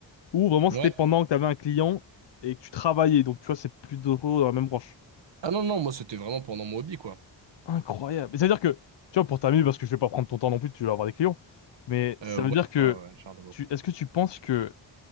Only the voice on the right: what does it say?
Ouais.
Ah non, non, moi c'était vraiment pendant mon hobby, quoi.
Euh, ouais,
ouais, ouais, Charles de Gaulle,
quoi.